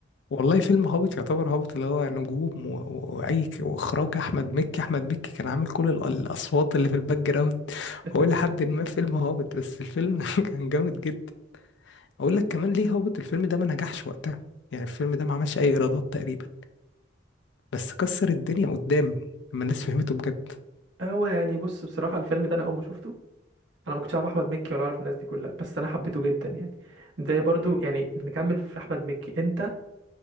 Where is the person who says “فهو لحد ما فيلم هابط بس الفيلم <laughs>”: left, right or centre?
Left